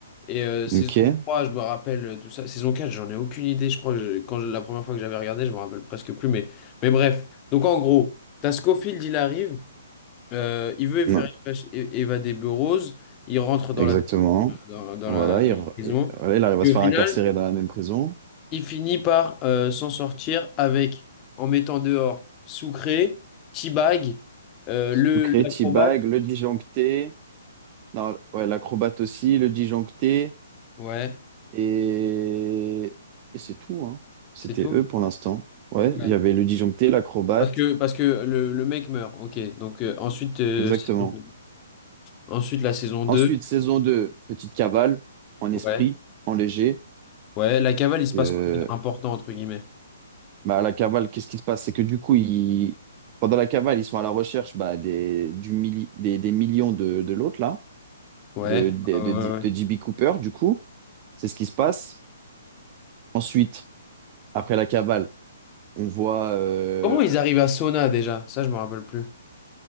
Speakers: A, on the left; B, on the right.
A: Et euh, saison
B: ok,
A: 3, je me rappelle euh, tout ça. Saison 4, j'en ai aucune idée. Je crois que je- quand je- la première fois que j'avais regardé, je me rappelle presque plus. Mais, mais bref. Donc en gros, t'as Scofield, il arrive. Euh, il veut
B: non,
A: faire éva- évader Burroughs. Il rentre dans
B: exactement.
A: la, dans, dans
B: Voilà
A: la, dans
B: il,
A: la
B: re-
A: prison.
B: et- voilà, il arrive
A: Et
B: à se
A: au
B: faire
A: final,
B: incarcérer dans la même prison.
A: il finit par euh, s'en sortir avec, en mettant dehors Sucré, T-Bag, euh,
B: Sucré,
A: le, l'acrobate.
B: T-Bag, le disjoncté, non, ouais, l'acrobate aussi, le disjoncté.
A: Ouais,
B: Et, et c'est tout, hein. C'était
A: c'est tout.
B: eux pour l'instant. Ouais,
A: Ouais.
B: il y avait le disjoncté, l'acrobate,
A: Parce que, parce que le, le mec meurt. Ok. Donc euh, ensuite, euh,
B: exactement.
A: saison deux. Ensuite, la saison 2.
B: Ensuite, saison 2, petite cavale, en esprit,
A: Ouais.
B: en léger.
A: Ouais. La cavale, il se passe
B: Euh,
A: quoi d'important, entre guillemets?
B: bah, à la cavale, qu'est-ce qui se passe? C'est que du coup, ils, pendant la cavale, ils sont à la recherche bah, des, du milli- des, des millions de, de l'autre, là,
A: Ouais.
B: de, de,
A: Ouais,
B: de,
A: ouais,
B: de
A: ouais.
B: JB Cooper, du coup. C'est ce qui se passe. Ensuite, après la cavale, on voit euh,
A: Comment ils arrivent à Sona déjà? Ça, je me rappelle plus.